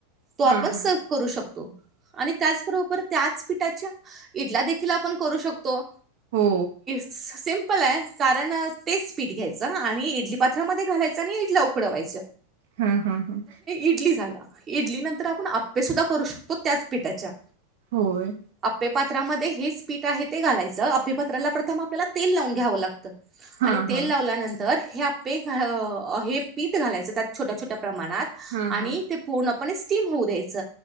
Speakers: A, on the right; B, on the right.
A: तो आपण
B: हां, हां.
A: सर्व करू शकतो आणि त्याचबरोबर त्याच पिठाच्या इडला देखील आपण करू शकतो
B: हो.
A: सिमपल आहे कारण तेच पीठ घ्यायचं आणि इडली पात्रामध्ये इ उकडवाय
B: हां, हां, हां.
A: इड झा इडली नंतर आपण आपे सुद्धा करू शकतो त्याच पिठाच्या
B: होय
A: आपेपात्रामध्ये हेच पीठ आहे ते घालायचं आपेपात्राला प्रथम आपल्याला तेल लावून घ्यावं लागतं
B: हां,
A: आणि तेल
B: हां.
A: लावल्यानंतर हे आपे हे पीठ घालायच त्या छोट्या छोट्या प्रमाणात
B: हां,
A: आणि
B: हां.
A: पूर्ण स्टीम होऊ द्यायच